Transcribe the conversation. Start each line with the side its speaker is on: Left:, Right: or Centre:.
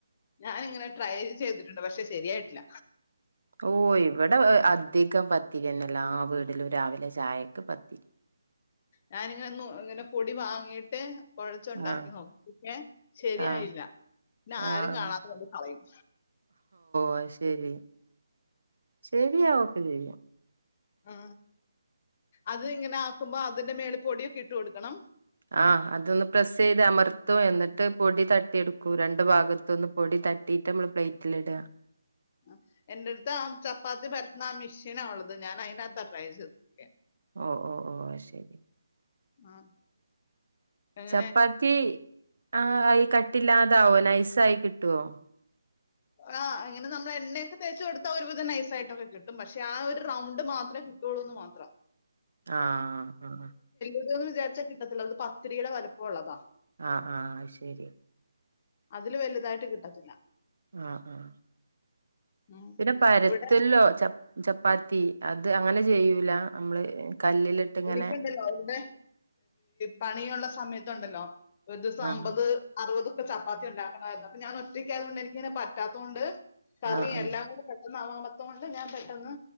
Left: ഞാനിങ്ങനെ ട്രൈ ചെയ്തിട്ടുണ്ട് പക്ഷെ ശരിയായിട്ടില്ല
Right: ഓ ഇവിടെ അധികം പത്തിരിന്നല്ല എല്ലാ വീടിലും രാവിലെ ചായക്ക് പത്തിരി
Left: ഞാനിങ്ങനെ ഒ ഇങ്ങനെ പൊടി വാങ്ങിട്ട് കുഴച്ച ഉണ്ടാക്കി
Right: ആഹ്
Left: നോക്കും പക്ഷെ ശരിയായില്ല
Right: ആഹ്
Left: പിന്നെ ആരും
Right: ആഹ്
Left: കാണാത കൊണ്ട് കളയും
Right: ആപ്പോ ശരി ശരിയാവൊക്കെ ചെയ്യും
Left: ആ അത് ഇങ്ങനെ ആക്കുമ്പോ അതിന്റെ മേല് പൊടിയൊക്കെ ഇട്ട് കൊടുക്കണം
Right: ആ അതൊന്ന് പ്രെസ്സ് ചെയ്ത് അമർത്തും എന്നിട്ട് പൊടി തട്ടിയെടുക്കൂ രണ്ടു ഭാഗത്തൊന്ന് പൊടി തട്ടിട്ട് നമ്മള് പ്ലേറ്റിൽ ഇടുക
Left: ആ എന്റെ അടുത്ത് ആ ചപ്പാത്തി പരത്തുന്ന ആ മിഷീനാ ഉള്ളത് ഞാൻ അയിനകത്ത ട്രൈ ചെയ്തോതെക്കെ
Right: ഓ ഓ ഓ ശരി
Left: ആ. അങ്ങനെ
Right: ചപ്പാത്തി ആ യി കട്ടില്ലാതാവോ നൈസയി കിട്ടുവോ
Left: ആ അങ്ങനെ നമ്മൾ എണ്ണയൊക്കെ തേച്ചു കൊടുത്താ ഒരുവിധം നൈസ ആയിട്ടൊക്കെ കിട്ടും പക്ഷെ ആ ഒരു റൗണ്ട് മാത്രമേ കിട്ടുള്ളൂന്ന് മാത്രം
Right: ആഹ് ആഹ്
Left: അതന്ന വിചാരിച്ച കിട്ടത്തില്ല അത് പത്തിരിയുടെ വലപ്പമള്ളതാ
Right: ആഹ ആഹ് ശരി
Left: അതില് വലുതായിട്ട് കിട്ടത്തില്ല
Right: ആഹ ആഹ
Left: ഉം.
Right: പിന്നെ പരത്തെല്ലോ
Left: ഇവിടെ
Right: ചപ്പാത്തി അത് അങ്ങനെ ചെയ്യൂല നമ്മള് കല്ലിലിട്ട് ഇങ്ങനെ
Left: എിക്കണ്ടല്ലോ അവവിടെ പണിയുള്ള സമയത്ത് ഇണ്ടല്ലോ ഒരു ദിവസം
Right: ആഹ്
Left: അമ്പത് അറുപത് ചപ്പാത്തി ഉണ്ടാക്കണായിരുന്നു അപ്പൊ ഞാ ഒറ്റയ്ക്കായയത കൊണ്ട് എനിക്ക് ഇനെ പറ്റാത്തത്ൊണ്ട് കറിയ
Right: ആഹ് ആഹ്
Left: എല്ലാം കൂടെ ഒന്നാവാമത്തം കൊണ്ട് ഞാൻ പെട്ടെന്ന്